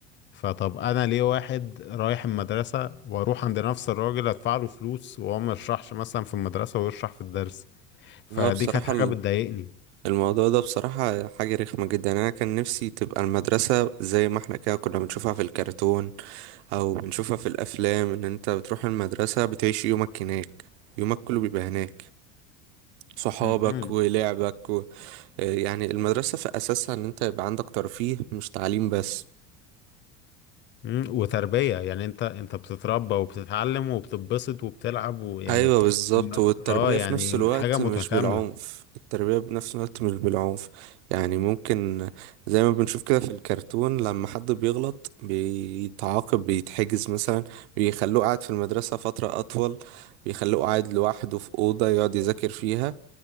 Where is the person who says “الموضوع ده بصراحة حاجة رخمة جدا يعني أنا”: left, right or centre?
Right